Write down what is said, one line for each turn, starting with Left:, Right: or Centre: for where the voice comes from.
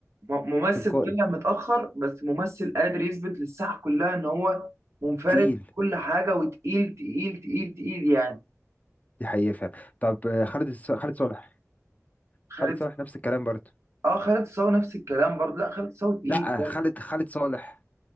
Right: م- ممثل
Left: تلقائي
Right: طلع متأخر بس ممثل قادر يثبت للساحة كلها إن هو منفرد
Left: تقيل
Right: في كل حاجة وتقيل تقيل تقيل تقيل يعني
Left: دي حقيقة فعلا طب آه، خالد الس- خالد صالح
Right: خالد
Left: خالد صالح نفس الكلام برضه
Right: اه خالد صاوي نفس الكلام برضه لا خالد صاوي تقيل
Left: لا
Right: برضه
Left: آه، خالد خالد صالح